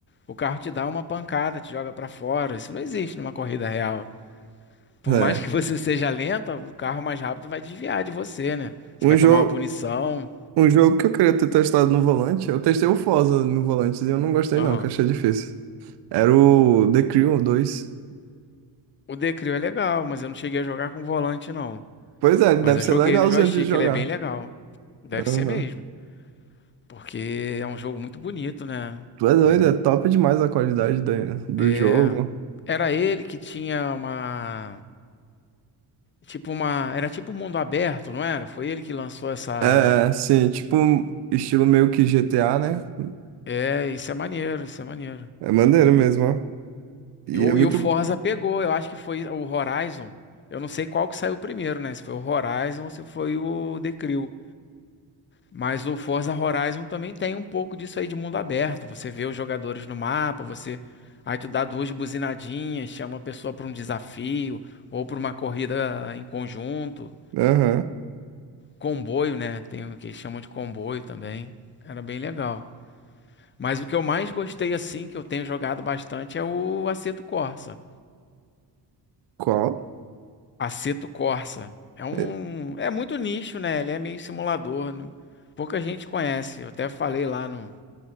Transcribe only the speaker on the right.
É.
Um
jogo,
um jogo que eu queria ter testado no volante, eu testei o Forza no volante e eu não gostei
não, que eu achei difícil. Era o The Crew 2.
Pois é,
deve
ser
legalzinho
de jogar.
Aham.
Tu é doido,
é top demais a qualidade da- do
jogo.
É, sim, tipo, um estilo meio que GTA, né?
É maneiro mesmo, ó. E
é muito.
Aham.
Qual?
E-